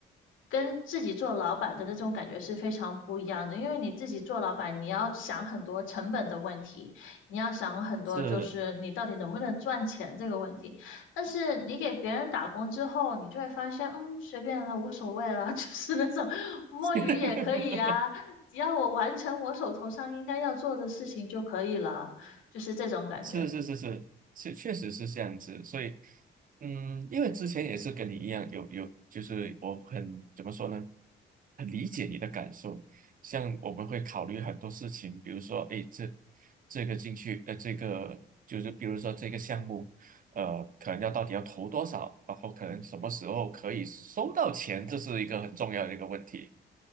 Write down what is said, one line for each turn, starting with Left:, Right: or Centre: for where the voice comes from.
Left: 跟自己做老板的那种感觉是非常不一样的。因为你自己做老板，你要想很多成本的问题，你要想很多就是你到底能不能赚钱这个问题。
Right: 是，
Left: 但是你给别人打工之后，你就会发现，嗯，随便了，无所谓了，<laughs> 就是那种摸鱼也可以呀、
Right: <laughs>
Left: 只要我完成我手头上应该要做的事情就可以了，就是这种感觉。
Right: 是是是是是，确实是这样子。所以，嗯，因为之前也是跟你一样，有有，就是我很怎么说呢，很理解你的感受。像我们会考虑很多事情，比如说，哎，这这个进去，呃，这个就是比如说这个项目，呃，可能要到底要投多少，然后可能什么时候可以收到钱，这是一个很重要的一个问题。